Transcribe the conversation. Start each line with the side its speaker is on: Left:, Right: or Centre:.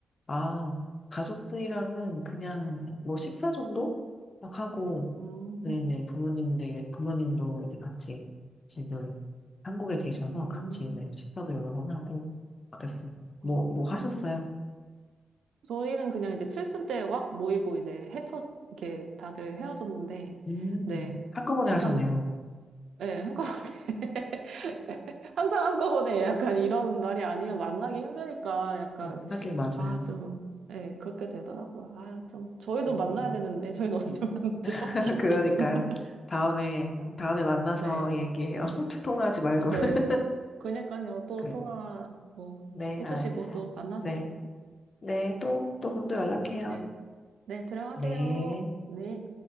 Left: 아, 가족들이랑은 그냥 뭐 식사 정도 막 하고
Right: 음,
Left: 네네 부모님들 부모님도 이제 같이 지금 한국에 계셔서
Right: 음,
Left: 같이 네, 식사도 여러 번 하고 그랬어요. 뭐
Right: 아.
Left: 뭐 하셨어요?
Right: 저희는 그냥 이제 칠순 때 확 모이고 이제 헤쳐, 이렇게 다들 헤어졌는데,
Left: 음,
Right: 네.
Left: 한꺼번에
Right: 약간,
Left: 하셨네요.
Right: 예, 한꺼번에. <laughs> <laughs> 항상 한꺼번에 약간 이런 날이 아니면 만나기 힘드니까 약간,
Left: 음, 하긴 맞아요.
Right: 아, 좀, 예, 그렇게 되더라고요. 아, 좀, 저희도
Left: 음.
Right: 만나야 되는데, 저희는 언제 만나죠?
Left: <laughs> 그러니까요.
Right: <laughs>
Left: 다음에,
Right: 아,
Left: 다음에 만나서
Right: 네.
Left: 얘기해요. <laughs> 통화하지 말고.
Right: 어, 네.
Left: <laughs>
Right: 그러니까요. 또
Left: 네,
Right: 통화 뭐
Left: 네,
Right: 해주시고
Left: 알겠어요.
Right: 또 만나세요.
Left: 네, 네, 또, 또 그럼 또 연락해요.
Right: 네. 네, 들어가세요.
Left: 네.
Right: 네.